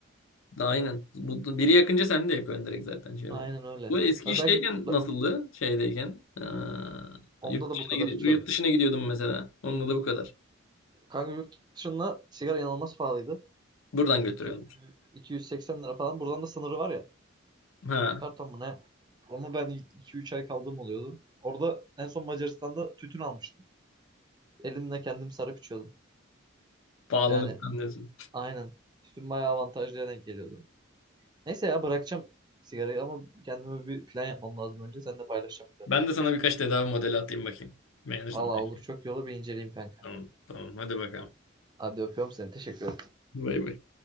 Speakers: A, on the left; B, on the right.
A: Aynen. Bu, biri yakınca sen de yakıyorsun direkt zaten şey
B: Aynen
A: olarak.
B: öyle.
A: Bu eski
B: Ve
A: işteyken
B: Belki be-
A: nasıldı? Şeydeyken. Aa,
B: onda
A: yurt
B: da
A: dışına
B: bu kadar
A: gidi
B: içiyordum.
A: yurt dışına gidiyordum mesela. Onunla da bu kadar.
B: Kanka yurt dışında sigara inanılmaz pahalıydı.
A: Buradan götürüyordum.
B: 200 280 lira falan. Buradan da sınırı var ya.
A: Ha,
B: iki karton mu ne? Ama ben iki üç ay kaldığım oluyordu. Orada en son Macaristan'da tütün almıştım. Elimle kendim sarıp içiyordum.
A: pahalılık
B: Yani
A: anlıyorsun.
B: aynen. Tütün bayağı avantajlıya denk geliyordu. Neyse ya bırakacağım sigarayı ama kendime bir plan yapmam lazım önce. Sen de paylaşacağım planı.
A: Ben de sana birkaç tedavi modeli atayım bakayım. Beğenirsin
B: Valla
A: belki.
B: olur çok iyi olur bir inceleyeyim kanka.
A: Tamam, tamam. Hadi bakalım.
B: Hadi öpüyorum seni. Teşekkür
A: Bay bay.